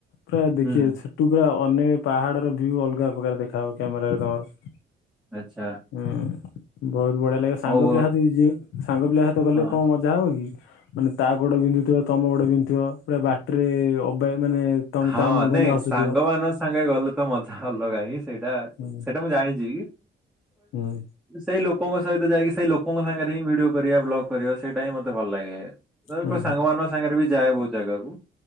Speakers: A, on the left; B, in the centre.
A: ପୁରା ଦେଖିବେ
B: ହୁଁ ହୁଁ
A: ସେଠୁ ପୁରା ଅନେକ ପାହାଡର ଭିୟୁ ଅଲଗା ପ୍ରକାର ଦେ ଖାଉ କ୍ୟାମେରାରେ ତମର।
B: ଆଚ୍ଛା।
A: ହୁଁ ବହୁତ ବଢ଼ିଆ ଲାଗେ ସାଙ୍ଗ
B: ହଉ
A: ପିଲା ସହିତ ଯି ସାଙ୍ଗ ପିଲା ସହିତ ଗଲେ
B: ହଁ।
A: କଣ ମଜା ହେବ କି? ମାନେ ତା ଗୋଡ ବିନ୍ଧୁଥିବ ତମ ଗୋଡ ବିନ୍ଧୁଥିବ ପା ବାଟିରେ ଅବା ମାନେ ତମେ
B: ହଁ
A: ତା ମୁହଁକୁ
B: ନାଇଁ
A: ଅନେଇ ହସୁଥିବ।
B: ସାଙ୍ଗ ମାନଙ୍କ ସାଙ୍ଗେ ଗଲେ ତ ମଜା ଅଲଗା ହଇଁ। ସେଇଟା
A: ହୁଁ
B: ସେଇଟା ମୁଁ ଜାଣିଛି କି
A: ହୁଁ
B: ସେଇ ଲୋ ଲୋକଙ୍କ ସହିତ ଯାଇକି ସେଇ ଲୋକଙ୍କ ସାଙ୍ଗରେ ହିଁ ଭିଡିଓ କରିବା ବ୍ଲଗ୍ କରିବା ସେଇଟା ହିଁ ମତେ ଭଲ ଲାଗେ। ନ
A: ହୁଁ
B: ସାଙ୍ଗମାନଙ୍କ ବି ଯାଏ ବହୁତ୍ ଜାଗାକୁ।